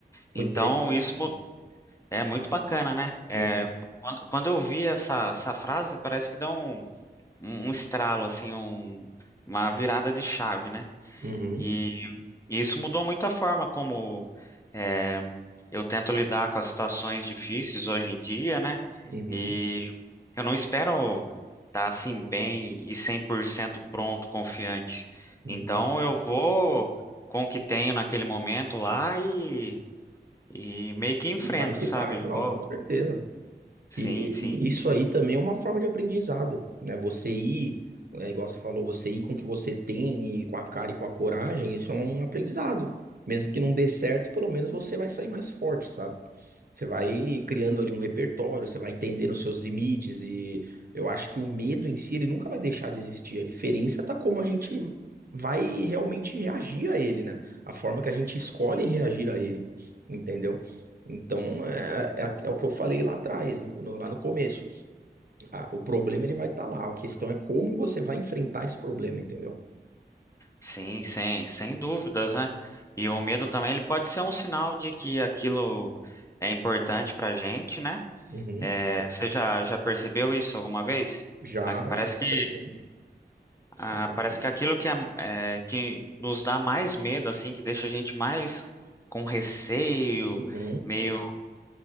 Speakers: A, on the right (about 55°); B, on the left (about 15°).
A: foi
B: Então,
A: interessante.
B: isso,
A: né?
B: É muito bacana, né? É,
A: Uhum,
B: quando, quando eu vi essa, essa frase, parece que deu um, um, um estralo, assim, um- uma virada de chave, né?
A: uhum,
B: E, e isso mudou muito a forma como é, eu tento lidar com as situações difíceis hoje em dia, né?
A: uhum,
B: E eu não espero estar assim bem e 100% pronto, confiante.
A: uhum.
B: Então eu vou com o que tenho naquele momento lá e, e meio que enfrento,
A: E vai que
B: sabe?
A: vai. Não,
B: Vou.
A: com certeza.
B: Sim,
A: E,
B: sim.
A: e isso aí também é uma forma de aprendizado, né? Você ir, é, igual você falou, você ir com o que você tem e com a cara e com a coragem, isso é um aprendizado. Mesmo que não dê certo, pelo menos você vai sair mais forte, sabe? Você vai criando ali um repertório, você vai entendendo os seus limites e eu acho que o medo em si, ele nunca vai deixar de existir. A diferença tá como a gente vai realmente reagir a ele, né? A forma que a gente escolhe reagir a ele, entendeu? Então, é, é, é o que eu falei lá atrás, no- no- lá no começo. Ah, o problema ele vai estar lá. A questão é como você vai enfrentar esse problema, entendeu?
B: Sim, sem, sem dúvidas, né? E o medo também, ele pode ser um sinal de que aquilo é importante pra gente, né?
A: Uhum.
B: É, você já, já percebeu isso alguma vez?
A: Já,
B: Ah,
A: não,
B: Parece
A: com
B: que,
A: certeza.
B: ah,
A: Com certeza.
B: parece que aquilo que, é, é, que nos dá mais medo, assim, que deixa a gente mais com receio,
A: Uhum.
B: meio,